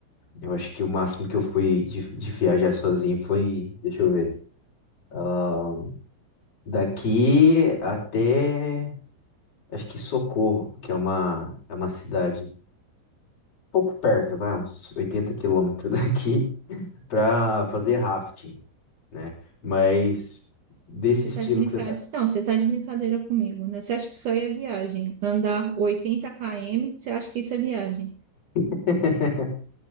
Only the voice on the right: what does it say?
Você
tá de brincadeira.
Não, você tá de brincadeira comigo, né? Você acha que isso aí é viagem? Andar oitenta km, você acha que isso é viagem?